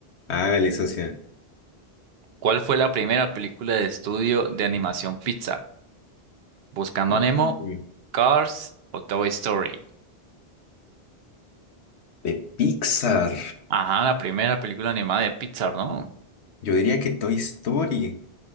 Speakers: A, on the left (about 85°); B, on the right (about 70°).
A: Hágale, socio.
B: ¿Cuál fue la primera película de estudio de animación Pixar? ¿Buscando
A: Mm,
B: a Nemo, Cars o Toy Story?
A: De Pixar.
B: Ajá, la primera película animada de Pixar, ¿no?
A: Yo diría que Toy Story.